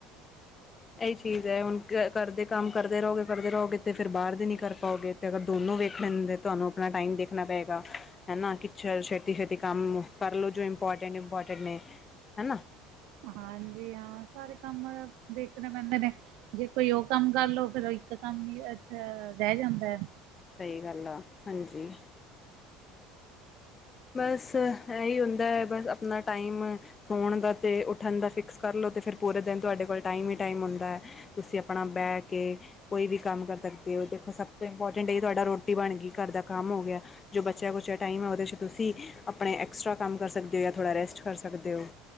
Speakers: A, on the left (about 25°); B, on the right (about 70°).
A: ਏਹੀ ਚੀਜ਼ ਹੈ ਹੁਣ ਕਰਦੇ ਕੰਮ ਕਰਦੇ ਰਹੋਗੇ ਕਰਦੇ ਰਹੋਗੇ ਤੇ ਫਿਰ ਬਾਹਰ ਦੇ ਨੀ ਕਰ ਪਾਓਗੇ ਤੇ ਅਗਰ ਦੋਨੋਂ ਵੇਖਣੇ ਤੇ ਤੁਹਾਨੂੰ ਆਪਣਾ ਟਾਈਮ ਦੇਖਣਾ ਪਏਗਾ ਹੈਨਾ ਕਿਛ ਛੇਤੀ ਛੇਤੀ ਕੰਮ ਕਰਲੋ ਜੋ ਇੰਪੋਰਟੈਂਟ ਇੰਪੋਰਟੈਂਟ ਨੇ ਹੈਨਾ
B: ਹਾਂਜੀ ਹਾਂ ਸਾਰੇ ਕੰਮ ਦੇਖਣੇ ਪੈਂਦੇ ਨੇ ਜੇ ਕੋਈ ਉਹ ਕੰਮ ਕਰਲੋ ਫੇਰ ਉਹ ਇੱਕ ਕੰਮ ਨੀ ਰਹਿ ਜਾਂਦਾ
A: ਸਹੀ ਗੱਲ ਆ ਹਾਂਜੀ ਬਸ ਇਹੀ ਹੁੰਦਾ ਹੈ ਬਸ ਆਪਣਾ ਟਾਈਮ ਸੌਣ ਦਾ ਅਤੇ ਉੱ ਠੰਡ ਦਾ ਫਿਕਸ ਕਰ ਲਉ ਅਤੇ ਫਿਰ ਪੂਰੇ ਦਿਨ ਤੁਹਾਡੇ ਕੋਲ ਟਾਈਮ ਹੀ ਟਾਈਮ ਹੁੰਦਾ, ਤੁਸੀਂ ਆਪਣਾ ਬਹਿ ਕੇ ਕੋਈ ਵੀ ਕੰਮ ਕਰ ਸਕਦੇ ਹੋ ਦੇਖੋ ਸਭ ਤੋਂ ਇੰਪੋਰਟੈਂਟ ਇਹ ਤੁਹਾਡਾ ਰੋਟੀ ਬਣ ਗਈ ਘਰ ਦਾ ਕੰਮ ਹੋ ਗਿਆ ਜੋ ਬੱਚਿਆਂ ਕੁੱਚੇਯਾ ਟਾਈਮ ਹੈ ਉਹਦੇ 'ਚ ਤੁਸੀਂ ਆਪਣੇ ਐਕਸਟਰਾ ਕੰਮ ਕਰ ਸਕਦੇ ਹੋ ਜਾਂ ਥੋੜ੍ਹਾ ਰੈਸਟ ਕਰ ਸਕਦੇ ਹੋ